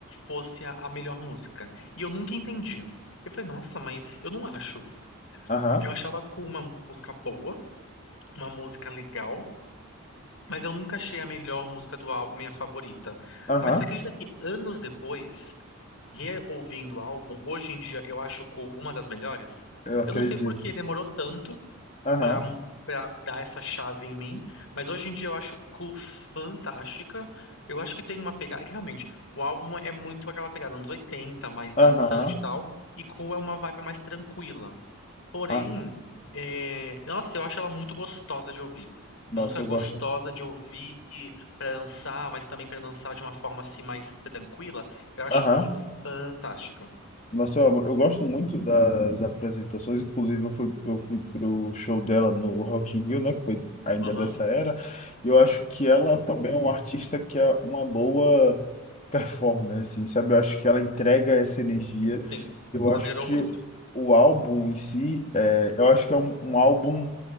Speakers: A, on the left (about 65°); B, on the left (about 30°).
A: fosse a, a melhor música, e eu nunca entendi. Eu falei, nossa, mas eu não acho.
B: aham,
A: Eu achava Cool uma música boa, uma música legal, mas eu nunca achei a melhor música do álbum minha favorita.
B: aham.
A: Mas você acredita que anos depois reouvindo o álbum, hoje em dia eu acho Cool uma das melhores.
B: Eu acredito.
A: Eu não sei por que demorou tanto
B: Aham,
A: pra para dar essa chave em mim, mas hoje em dia eu acho Cool fantástica. Eu acho que tem uma pegada que realmente o álbum é muito aquela pegada anos oitenta mais dançante
B: aham,
A: e tal, e Cool é uma vibe mais tranquila. Porém,
B: ah,
A: é, nossa, eu acho ela muito gostosa de ouvir.
B: nossa,
A: Uma música
B: eu
A: gostosa
B: gosto.
A: de ouvir para dançar, mas também para dançar de uma forma assim mais tranquila. Eu acho
B: Aham,
A: Cu fantástica.
B: nossa, eu, eu gosto muito das apresentações. Inclusive, eu fui, eu fui pro show dela no Rock in Rio, né? Que foi ainda
A: Aham,
B: dessa era. E eu acho que ela também é uma artista que é uma boa performance, assim, sabe? Eu acho que ela entrega essa energia.
A: sim.
B: Eu
A: Ela
B: acho
A: melhorou
B: que
A: muito.
B: o álbum em si, é, eu acho que é um um álbum.